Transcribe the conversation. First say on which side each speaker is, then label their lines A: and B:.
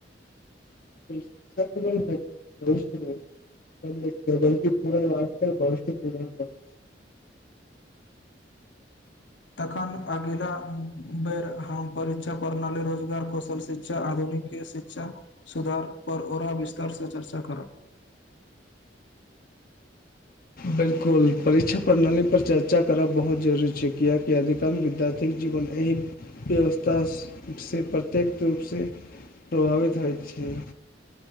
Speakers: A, on the left; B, on the left.
A: िक्यक्त <inaudible> बलि पूरा वास भवि्य निर्मा कर <unintelligible>
B: तखन अगिला बेर हम परीक्षा प्रणाली रोजगार कौशल शिक्षा आधुनिक शिक्षा सुधार पर ओरा विस्तार से चर्चा करब
A: बिलकुल परीक्षा प्रणाली पर चर्चा करब बहुत जरूरी छै कियाकि अधिकांश विद्यार्थी जीवन एहि व्यवस्थासँ प्रत्येक रूपसँ प्रभावित होइत छै।